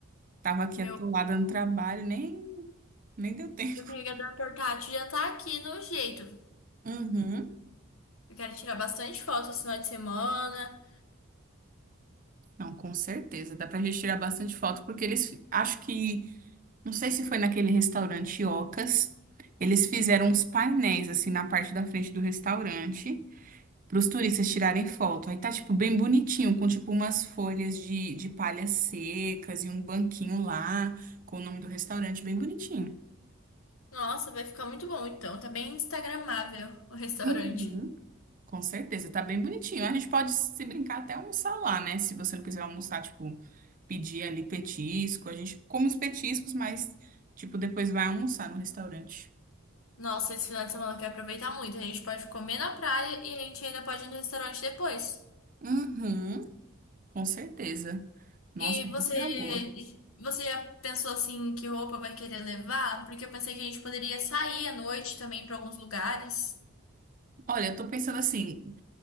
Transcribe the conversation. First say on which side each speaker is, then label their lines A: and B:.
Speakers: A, on the right; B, on the left.
A: Tava aqui
B: Meu,
A: atolada no trabalho, nem, nem deu tempo.
B: meu carregador portátil já tá aqui no jeito.
A: Uhum.
B: Eu quero tirar bastante foto esse final de semana.
A: Não, com certeza. Dá pra gente tirar bastante foto, porque eles, acho que, não sei se foi naquele restaurante Ocas, eles fizeram uns painéis, assim, na parte da frente do restaurante, pros turistas tirarem foto. Aí tá, tipo, bem bonitinho, com, tipo, umas folhas de, de palhas secas e um banquinho lá, com o nome do restaurante, bem bonitinho.
B: Nossa, vai ficar muito bom então. Tá bem instagramável o restaurante.
A: Uhum. Com certeza, tá bem bonitinho. A gente pode se brincar até almoçar lá, né? Se você não quiser almoçar, tipo, pedir ali petisco. A gente come os petiscos, mas, tipo, depois vai almoçar no restaurante.
B: Nossa, esse final de semana eu quero aproveitar muito. A gente pode comer na praia e a gente ainda pode ir no restaurante depois.
A: Uhum, com certeza. Nossa,
B: E você,
A: vai ser uma boa.
B: você já pensou assim que roupa vai querer levar? Porque eu pensei que a gente poderia sair à noite também para alguns lugares.
A: Olha, eu tô pensando assim,